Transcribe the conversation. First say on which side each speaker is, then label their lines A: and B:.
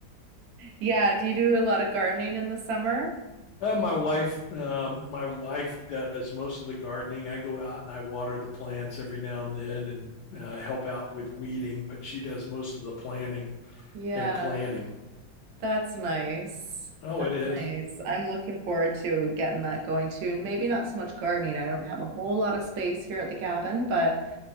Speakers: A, on the right; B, on the left.
A: Yeah. Do you do a lot of gardening in the summer?
B: Uh, my wife, uh, my wife does most of the gardening. I go out and I water the plants every now and then and uh, help out with weeding, but she does most of the planting
A: Yeah,
B: and planning.
A: that's nice.
B: Oh,
A: That's
B: it is.
A: nice. I'm looking forward to getting that going too. And maybe not so much gardening. I don't have a whole lot of space here at the cabin, but